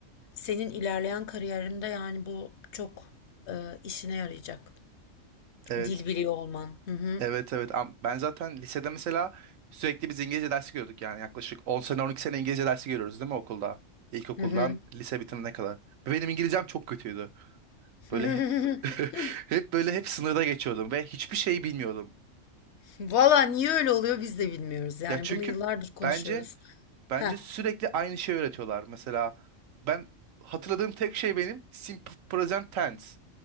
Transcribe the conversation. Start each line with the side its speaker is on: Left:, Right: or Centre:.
Left: senin ilerleyen kariyerinde yani bu çok e, işine yarayacak.
Right: <laughs> evet,
Left: Dil biliyor olman. Hı hı.
Right: evet, evet. Am- Ben zaten lisede mesela sürekli biz İngilizce dersi görüyorduk yani yaklaşık 10 sene 12 sene İngilizce dersi görüyoruz değil mi okulda? İlkokuldan
Left: Hı hı.
Right: lise bitimine kadar. Ve benim İngilizcem çok kötüydü. Böyle
Left: <laughs>
Right: <laughs> hep böyle hep sınırda geçiyordum ve hiçbir şeyi bilmiyordum.
Left: Valla niye öyle oluyor biz de bilmiyoruz. Yani
Right: Ya çünkü
Left: bunu yıllardır konuşuyoruz.
Right: bence bence
Left: Heh,
Right: sürekli aynı şeyi öğretiyorlar. Mesela ben hatırladığım tek şey benim simple present tense.